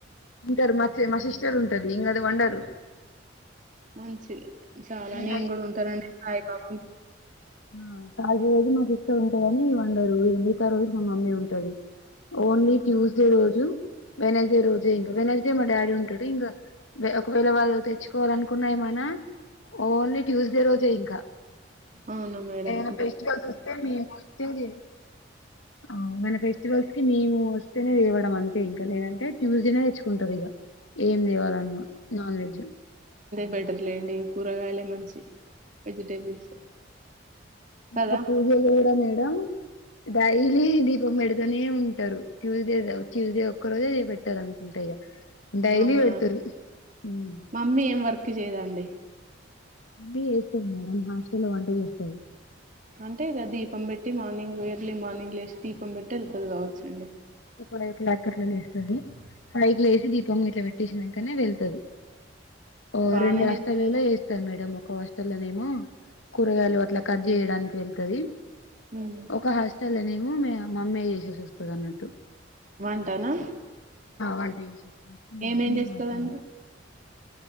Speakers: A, on the left; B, on the right.
A: ఉంటరు మచి మ సిస్టరుంటది ఇంగది వండరు.
B: మంచిది చాలా
A: ఇంగ
B: నేన్ గూడుంటనండి సాయ్బాబా
A: ఆ తాజ్డే రోజు మా సిస్టరుంటదనీ వండరు ఇగ మిగ్తా రోజులు మా మమ్మీ ఉంటది. ఓన్లీ ట్యూస్డే రోజు వెనస్డె రోజే ఇంకా వెనస్డే మా డాడీ ఉంటడు ఇంగ వె ఒక్వేళ వాళ్ నువ్ తెచ్చుకోవాలనుకున్న ఏమైనా ఓన్లీ ట్యూస్డే రోజె ఇంక.
B: అవునా మేడం
A: ఏమనా ఫెస్టికల్సొస్తె మేమొస్తేది ఆ మన ఫెస్టివల్స్ కి మేము తేనె తేవడం అంతె ఇంక లేదంటె ట్యూస్డేనే తెచ్చుకుంటరిగ. ఏమి దేవాలన్న నాన్వెజ్
B: బెటర్లేండి కూరగాయ్లె మంచి. వెజిటేబుల్సె కద.
A: ఇంకా పూజలు కూడా మేడం డైలీ ఇదిగో మెడుప్ తనే ఉంటరు ట్యూస్డే ద ట్యూస్డే ఒక్క రోజే పెట్టరనుకుంట ఇగ. డైలీ
B: అవునా
A: వెడ్తరు ఉమ్.
B: మమ్మీ ఏం వర్క్ చేయదండి
A: <unintelligible> జేస్తది మేడం హాస్టల్లొ వంట జేస్తది.
B: అంటె ఇగ దీపం బెట్టి మార్నింగు ఎర్లి మార్నింగ్ లేష్ దీపం బెట్టి యెళ్తది గావచ్చండి.
A: ఫైవోక్లాక్ అట్ల లేస్తంది ఫైవ్కి లేషి దీపం గిట్ల పెట్టేషినంకనే వెళ్తది. ఓ
B: బానే
A: రెండు హాస్టలల్లొ జేస్తది మేడం ఒక హాస్టల్లోనేమో కూరగాయలు
B: ఉమ్
A: అట్ల కడ్ జేయడానికి వెళ్తది
B: ఉమ్.
A: ఒక హాస్టల్లెనేమొ మే మమ్మే జేసేసొస్తదన్నట్టు.
B: వంటనా.
A: వంట చేసి
B: ఏమేమ్
A: చిన్న
B: జేస్తదండి.
A: హాస్టల్లో